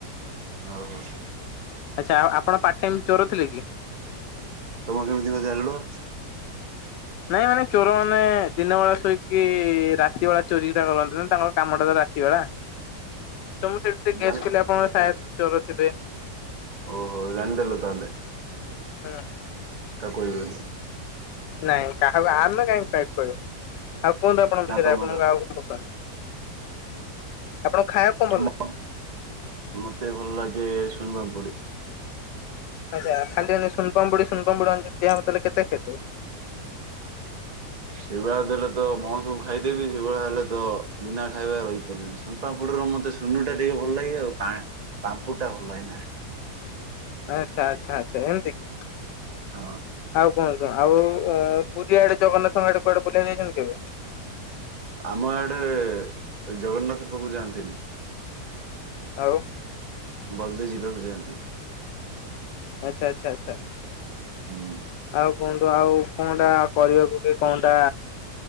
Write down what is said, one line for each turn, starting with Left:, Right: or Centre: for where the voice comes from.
Right: ହଉ ହଉ
Left: ଆଚ୍ଛା ଆଉ ଆପଣ ପାର୍ଟ ଟାଇମ ଚୋର ଥିଲେ କି?
Right: ତମେ କେମିତି ବେ ଜାଣିଲୁ?
Left: ନାଇଁ ମାନେ ଚୋର ମାନେ ଦିନ ବେଳା ଶୋଇକି ରାତି ବେଳା ଚୋରି ଟା କରନ୍ତି ନା ତାଙ୍କ କାମଟା ରାତି ବେଳା ତ ମୁଁ ସେଥିପାଇଁ ଗେସ୍
Right: ଜାଣି
Left: କଲି ଆପଣଙ୍କ ସାୟାଦ ଚୋର ଥିବେ।
Right: ଓହ ଜଣିଦେଲୁ ତାହାଲେ।
Left: ହଁ
Right: କାକୁ କଇବନି।
Left: ନାଇଁ କାହାକୁ ଆମେ କାହିଁ କହିବୁ ଆଉ କୁହନ୍ତୁ ଆପଣଙ୍କ
Right: ନା
Left: ବିଷୟରେ
Right: ତମେ
Left: ଆପଣଙ୍କୁ
Right: କାହାକୁ
Left: ଆଉ କଣ ପସନ୍ଦ। ଆପଣଙ୍କୁ ଖାଇବାକୁ କଣ ଭଲ
Right: ମ
Left: ଲାଗେ?
Right: ମତେ ଭଲ ଲାଗେ ସୁନୁପାପୁଡି।
Left: ଆଚ୍ଛା ଖାଲି ହେଲେ ସୁନପାମୁଡି ସୁନପାମୁଡି ଦିଆ ହବ ତାହେଲେ କେତ ଖାଇଦବ।
Right: ସେଇଭଳିଆ ଦେଲେ ତ କଣ ବଂଶ କୁ ଖାଇଦେବି ସେଇଭଳିଆ ହେଲେ ତ ବିନା ଖାଇବାରେ ରହିପାରିବିନି। ସୁନ ପାପୁଡ଼ିର ମତେ ସୁନୁ ଟା ଟିକେ ଭଲ ଲାଗେ ଆଉ ପା ପାମ୍ପୁଟା ଭଲ ଲାଗେନା।
Left: ଆଚ୍ଛା ଆଚ୍ଛା ଆଚ୍ଛା ଏମିତି କି?
Right: ହଁ
Left: କଣ ଆଉ ପୁରୀଆଡେ ଜଗନ୍ନାଥଙ୍କ ଆଡେ କୁଆଡେ ବଲିବାକୁ ଯାଇଛନ୍ତି କେବେ?
Right: ଆମ ଆଡେ ଜଗନ୍ନାଥ ପାଖକୁ ଯାଆନ୍ତିନି।
Left: ଆଉ
Right: ବଲଦି ଯିବା ବି ଯାଆନ୍ତି।
Left: ଆଚଛା ଆଚଛା ଆଚ୍ଛା
Right: ହୁଁ
Left: ଆଉ କୁହନ୍ତୁ ଆଉ କଣଟା କରିବାକୁ କି କଣଟା